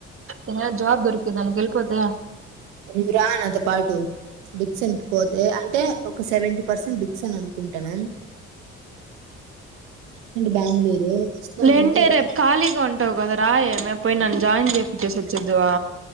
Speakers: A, on the right; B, on the right.
A: ఏమైనా జాబ్ దొరికి దానికెళ్పోతే
B: నువ్వు రా నాతో పాటు. డిక్సిన్ కి పోతే అంటే. ఒక సెవెంటీ పర్సెంట్ డిక్సేన్ అనుకుంటన్నాం. బెంగుళూరు. వస్తానంటే
A: లెంటే
B: రాదా?
A: రేపు ఖాలీగా ఉంటవు కదా. రాయే మే పోయిన జాయిన్ చెప్పించేసోచేద్దువా.